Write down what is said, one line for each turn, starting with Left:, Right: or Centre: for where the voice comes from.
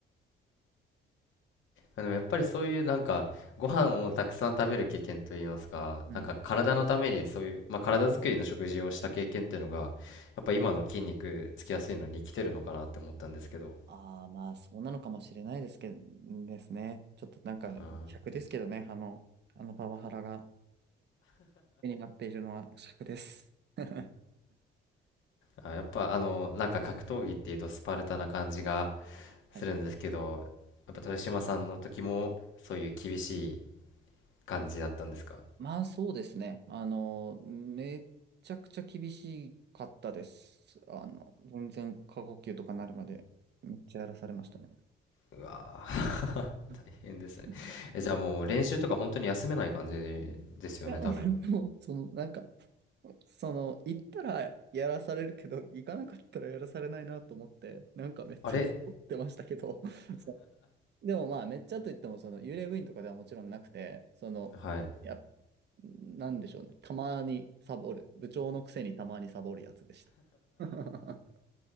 Left: まあでもやっぱりそういうなんかご飯をたくさん食べる経験といいますか、
Right: うん。
Left: なんか体のためにそういう、まあ、体作りの食事をした経験っていうのが、やっぱ今の筋肉つきやすいのに生きてるのかなって思ったんですけど、
Right: ああ、まあ、そうなのかもしれないですけど、ですね。ちょっとなんか、
Left: あ
Right: 尺ですけどね、あの、あのパワハラが気になっているのは尺です。<laughs> は
Left: ーあ、やっぱあのなんか格闘技っていうとスパルタな感じがするんですけど、
Right: い。
Left: やっぱ豊島さんの時もそういう厳しい感じだったんですか
Right: まあ、そうですね。あの、めちゃくちゃ厳しかったです。あの、全然過呼吸とかなるまで、めっちゃやらされましたね。
Left: うわー、
Right: うん
Left: 大変ですね。
Right: <laughs>
Left: え、じゃあもう練習とか本当に休めない感じですよね、
Right: いや、
Left: 多分。
Right: もう、その、なんか、その、行ったらやらされるけど、行かなかったらやらされないなと思って、なんかめっちゃサボってましたけど、
Left: あれ
Right: <laughs> そうでもまあ、めっちゃといっても、その幽霊部員とかではもちろんなくて、その、
Left: はい。
Right: いや、なんでしょうね、たまにサボる、部長のくせにたまにサボるやつでした。<laughs>